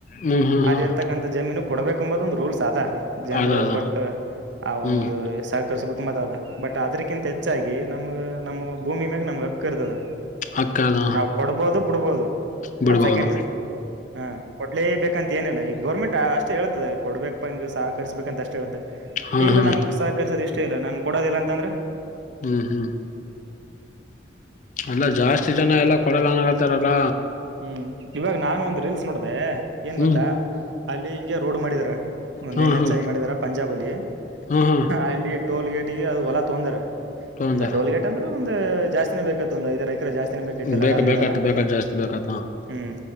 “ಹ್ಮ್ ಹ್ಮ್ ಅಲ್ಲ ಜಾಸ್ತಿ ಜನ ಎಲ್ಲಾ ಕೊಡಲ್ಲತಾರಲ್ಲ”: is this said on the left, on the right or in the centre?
Left